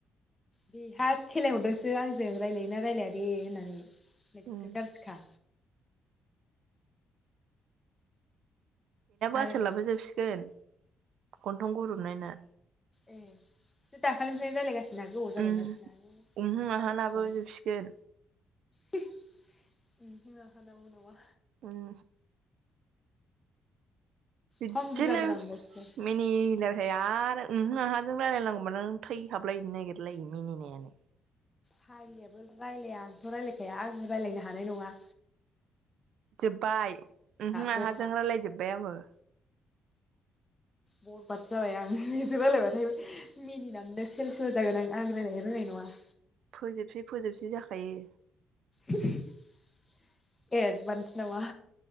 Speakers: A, on the left (about 20°); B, on the right (about 75°).
A: बेहा खेलाय हरदोंसो आंजों रायजलायोना रायजलाया दे होननानै
B: उम
A: जि गाज्रिखा आरो
B: आसाोलनाबो जोबसिगोन गन्थं गुरोबनायनो।
A: ए बिसोर दाखालिनिफ्रायनो रायलायगासिनोना गोबाव जाबायना
B: उम
A: बिसिना
B: उमहो आहानाबो
A: बेसेबां
B: जोबसिगोन
A: <unintelligible> उमहो आहा <unintelligible> नंङा।
B: उम। बिदिनो
A: खम बुरजा बुरजा मोनबाय बिसोर
B: मिनिनो होयो आरो ओमहो आहाजों रायलायनांगौबा नों थैहाबलायनो नागिरलायो मिनिनायानो।
A: फाग्लियाबो रायलाया आंथ' रायलायखाया आंजों रायलायनो हानाय नंङा।
B: जोब्बाय ओमहो
A: बरबाद
B: आहाजों रायलाय जोब्बाय आङो।
A: बरबाद जाबाय आं नोंजों रायलायबा ओमफ्राय मिनिनानैनो सेल सेल जागोन आं आं रायलायनो रोंनाय नङा।
B: फोजोबसै फोजोबसै जा खायो।
A: <unintelligible> एडभान्स नामा?